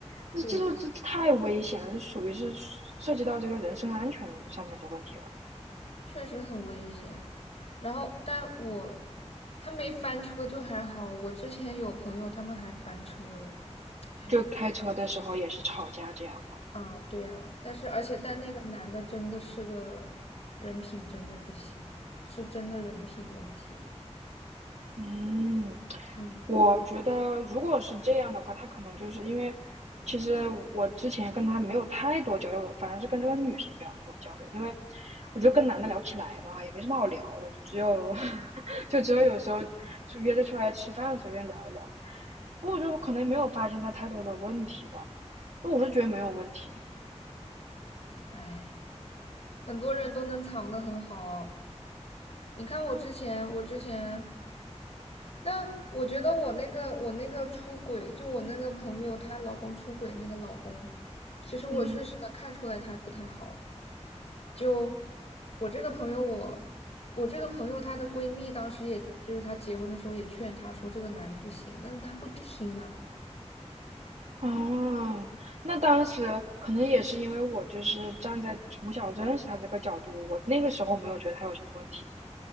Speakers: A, on the right; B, on the left.
A: 那这就这太危险了，
B: 对，
A: 这属于是涉及到这个人身安全上面的问题了。
B: 确实很危险。然后，但我他没翻车就还好，我之前有朋友他们还翻车了，哎，
A: 就开车的时候也是吵架这样嘛。
B: 啊，对呀，但是而且但那个男的真的是个人品真的不行，是真的人品问题，
A: 嗯，
B: 嗯，
A: 我觉得如果是这样的话，他可能就是因为，其实我之前跟他没有太多交流，我反而是跟这个女生比较多交流，因为我觉得跟男的聊不起来嘛，也没什么好聊的，只有 <laughs> 就只有有时候就约着出来吃饭随便聊一聊。我就可能没有发现他太多的问题吧，我是觉得没有问题，
B: 哎。很多人都能藏得很好。你看我之前，我之前，但我觉得我那个我那个出轨，就我那个朋友她老公出轨那个老公，其实我确实能看出来他不太好。
A: 嗯。
B: 就我这个朋友我。我这个朋友，她的闺蜜当时也就是她结婚的时候也劝她说这个男的不行，但是她不听啊，
A: 哦，那当时可能也是因为我就是站在从小认识他这个角度，我那个时候没有觉得他有什么问题，